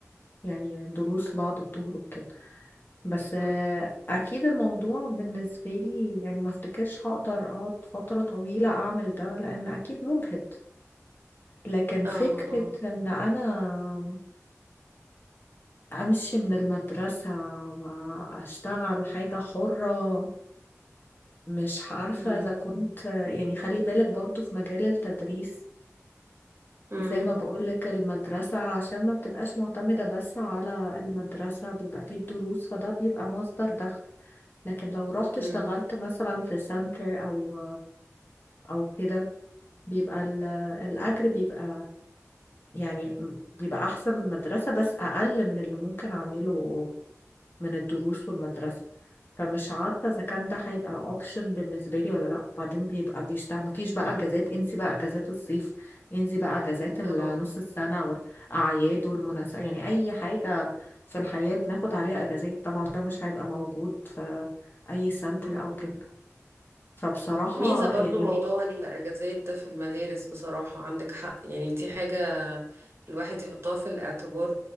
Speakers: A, on the left (about 40°); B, on the right (about 50°).
A: يعني دروس بعد الظهر وكده بس آه،
B: مم.
A: اكيد الموضوع بالنسبة لي يعني ما افتكرش هقدر اقعد فترة طويلة اعمل ده لان اكيد مجهد لكن فكرة
B: اه اه
A: إن أنا أمشي من المدرسة وأشتغل حاجة حرة مش عارفة
B: مم.
A: إذا كنت يعني خلي بالك برضو في مجال التدريس
B: مم.
A: زي ما بقولك المدرسة عشان ما بتبقاش معتمدة بس على المدرسة بيبقى فيه الدروس فده بيبقى مصدر دخل لكن لو رحت
B: مم.
A: اشتغلت مثلا في سنتر أو أو كده بيبقى ال- الأجر بيبقى يعني م- بيبقى احسن من المدرسة بس اقل من اللي ممكن اعمله من الدروس والمدرسة فمش عارفة اذا كان ده هيبقى اوبشن بالنسبة لي ولا لا وبعدين بيبقى بيشتغل مفيش بقى اجازات انسي بقى اجازات الصيف انسي بقى اجازات ال-
B: اه
A: نص السنة والاعياد والمناسبة يعني اي حاجة في الحياة بناخد عليها اجازات طبعا ده مش هيبقى موجود في اي سنتر
B: مم.
A: او كده
B: مم.
A: فبصراحة
B: ميزة برضو
A: يعني
B: موضوع الأجازات ده في المدارس بصراحة عندك حق يعني دي حاجة الواحد يحطها في الاعتبار